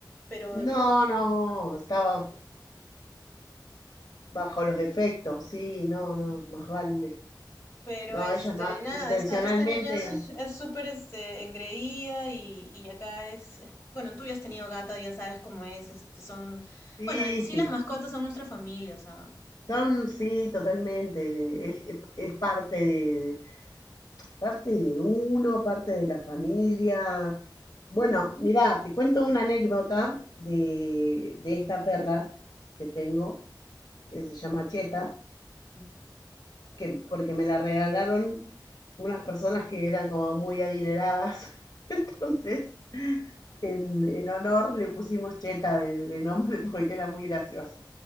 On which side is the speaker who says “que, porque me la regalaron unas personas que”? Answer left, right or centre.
Left